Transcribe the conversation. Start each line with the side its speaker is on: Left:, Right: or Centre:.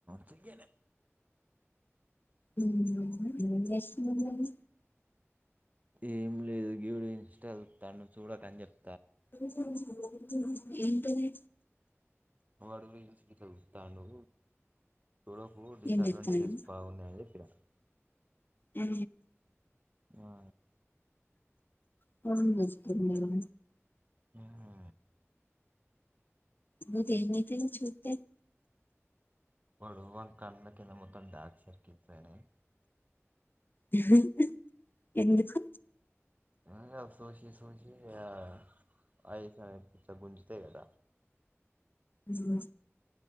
Right: చికెనే
Left: ఉ హు ఏంచేస్తునావ్ మరి
Right: ఏం లేదు గివిడు ఇన్స్టా చూస్తాడు చూడకని చెప్
Left: <inaudible> ఏంటది
Right: వాడు రీల్స్ గీట్ల చూస్తాడు చూడకు డిస్
Left: ఏం చెప్తాను
Right: అడ్వాంటేజెస్ బాగున్నాయి <unintelligible>
Left: హు
Right: ఆ..
Left: ఫోన్ చూస్తుండడం
Right: హుహు
Left: మీకు ఏం చెప్పింది చూస్తే
Right: వాడు వానీ కళ్ళ కింద మొత్తం డార్క్సర్కిల్ అయినాయి
Left: హుహు ఎందుకు
Right: ఏం గాదు సోచి సోచి ఆ ఆయిపయి ఇట్ల గుంజుతయి కద
Left: ఊమ్